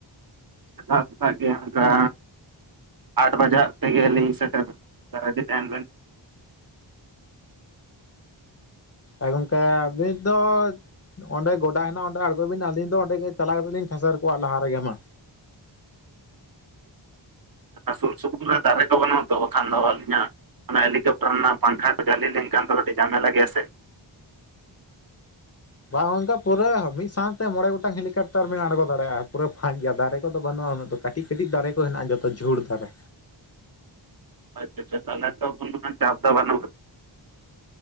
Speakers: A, on the right; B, on the left.
A: ᱥᱮᱛᱟᱜ ᱥᱮᱛᱟᱜ ᱜᱮ ᱚᱱᱠᱟ᱾ ᱟᱴ ᱵᱟᱡᱟᱜ ᱛᱮᱜᱮ ᱞᱤᱧ ᱥᱮᱴᱮᱨ ᱨᱮᱰᱤ ᱛᱟᱦᱮᱱ ᱵᱮᱱ᱾
B: ᱮ ᱜᱚᱢᱠᱮ ᱟᱵᱤᱱ ᱫᱚ ᱚᱸᱰᱮ ᱜᱚᱰᱟ ᱦᱮᱱᱟᱜ-ᱟ ᱚᱸᱰᱮ ᱟᱬᱜᱚᱭ ᱵᱤᱱ ᱟᱹᱞᱤᱧ ᱫᱚ ᱚᱸᱰᱮ ᱜᱮ ᱪᱟᱞᱟᱣ ᱠᱟᱛᱮ ᱞᱤᱧ ᱴᱷᱮᱥᱮᱨ ᱠᱚᱜ-ᱟ ᱞᱟᱦᱟ ᱨᱮᱜᱮ ᱢᱟ᱾
A: ᱥᱩᱨ ᱥᱩᱯᱩᱨ ᱨᱮ ᱫᱟᱨᱮ ᱠᱚ ᱵᱟᱹᱱᱩᱜᱼᱟ ᱛᱚ ᱵᱟᱠᱷᱟᱱ ᱫᱚ ᱟᱹᱞᱤᱧᱟ ᱚᱱᱟ ᱦᱮᱞᱤᱠᱮᱯᱴᱟᱨ ᱨᱮᱱᱟᱜ ᱯᱟᱝᱠᱷᱟ ᱠᱟ ᱡᱷᱟᱹᱞᱤ ᱞᱮᱱᱠᱷᱟᱱ ᱫᱚ ᱠᱟᱹᱴᱤᱡ ᱡᱷᱟᱢᱮᱞᱟ ᱜᱮᱭᱟ ᱥᱮ᱾
B: ᱵᱟᱝ ᱜᱚᱢᱠᱮ ᱯᱩᱨᱟᱹ ᱢᱤᱫ ᱥᱟᱶᱛᱮ ᱢᱚᱬᱮ ᱵᱟᱝ ᱜᱚᱴᱟᱝ ᱦᱮᱞᱤᱠᱮᱯᱴᱟᱨ ᱵᱤᱱ ᱟᱬᱜᱚ ᱫᱟᱲᱮᱭᱟᱜᱼᱟ ᱯᱩᱨᱟᱹ ᱯᱷᱟᱠ ᱜᱮᱭᱟ ᱫᱟᱨᱮ ᱠᱚᱫᱚ ᱵᱟᱹᱱᱩᱜᱼᱟ ᱩᱱᱟᱹᱜ ᱫᱚ᱾ ᱠᱟᱹᱴᱤᱡ ᱠᱟᱹᱴᱤᱡ ᱫᱟᱨᱮ ᱠᱚ ᱦᱮᱱᱟᱜ-ᱟ ᱡᱚᱛᱚ ᱡᱷᱩᱲ ᱫᱟᱨᱮ
A: ᱟᱪᱪᱷᱟ ᱟᱪᱪᱷᱟ ᱛᱟᱦᱚᱞᱮ ᱛᱚ ᱩᱱᱟᱜ ᱜᱟᱱ ᱪᱟᱯ ᱫᱚ ᱵᱟᱱᱩᱜ-ᱟ᱾